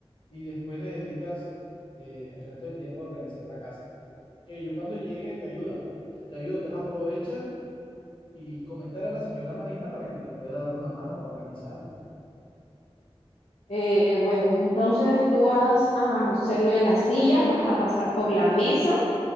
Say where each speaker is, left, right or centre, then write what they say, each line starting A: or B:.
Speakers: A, on the left; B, on the left.
A: y después le dedicas eh, el resto del tiempo a organizar la casa. Que yo cuando llegue te ayuda, te ayudo, pero aprovecha y comentar a la señora Marina para que te pueda dar una mano organizando.
B: Eh, bueno, entonces tú vas a hacer lo de las sillas, vas a pasar por la mesa.